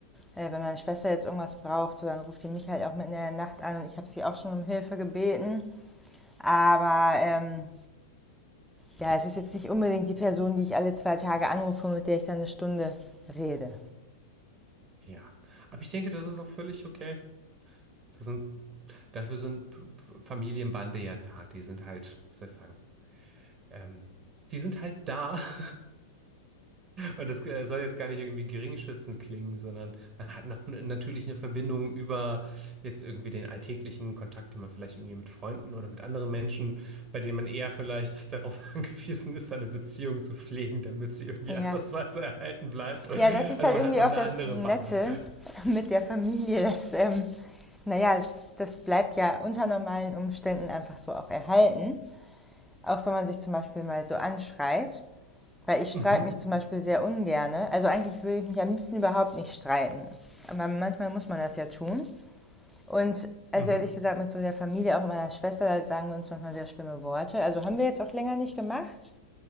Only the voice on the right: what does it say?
Ja, aber ich denke, das ist auch völlig okay. Das sind, dafür sind P- P- Familienbande ja da. Die sind halt, was soll ich sagen, Ähm, die sind halt da. <laughs> Und das äh, soll jetzt gar nicht irgendwie geringschätzend klingen, sondern man hat noch, natürlich eine Verbindung über jetzt irgendwie den alltäglichen Kontakt, den man vielleicht irgendwie mit Freunden oder mit anderen Menschen, bei denen man eher vielleicht darauf <laughs> angewiesen ist, eine Beziehung zu pflegen, damit sie irgendwie
ansatzweise erhalten bleibt.
Also
man
hat noch
eine
andere
Bande.
Mhm.
Mhm.